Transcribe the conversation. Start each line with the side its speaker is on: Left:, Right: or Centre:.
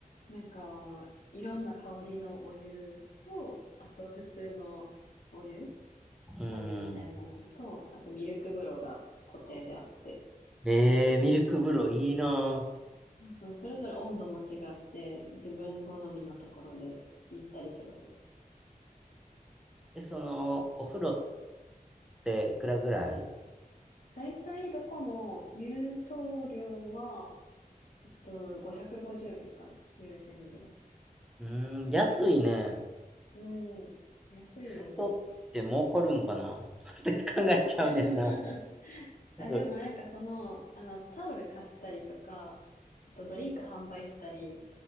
Left: なんか、いろんな香りのお湯と、あと普通のお湯
Centre: う
Left: 左湯みたいなのと、
Centre: ん。
Left: あとミルク風呂が固定であって、
Centre: えー、ミルク風呂いいな
Left: うん、それぞれ温度も違って、自分好みのところでゆったり過ごせる。
Centre: ぁ。え、その、お風呂っていくらぐらい
Left: だいたいどこも入湯料は、えっと、550円かな。入選料。
Centre: うーん、安いね。
Left: うん。安いよな。
Centre: 銭湯って儲かるんかな <laughs> って考えちゃうねんな。
Left: <laughs>
Centre: すぐ。
Left: あ、でもなんかその、あの、タオル貸したりとか、あとドリンク販売したり、